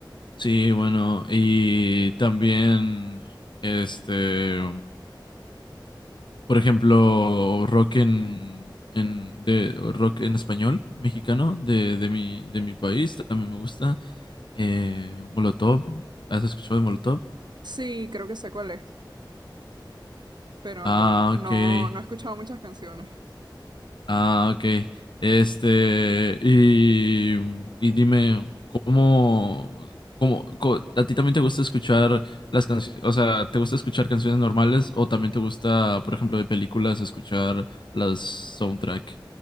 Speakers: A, on the left; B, on the right.
A: sí, bueno, y también este, por ejemplo, rock en en de rock en español mexicano de de mi de mi país también me gusta. Eh, Molotov, ¿has escuchado de Molotov?
B: Sí, creo que sé cuál es, pero
A: Ah,
B: no,
A: ok.
B: no he escuchado muchas canciones.
A: Ah, ok. Este, y, y dime, ¿cómo, cómo, co- a ti también te gusta escuchar las canciones, o sea, ¿te gusta escuchar canciones normales o también te gusta, por ejemplo, de películas, escuchar las soundtrack?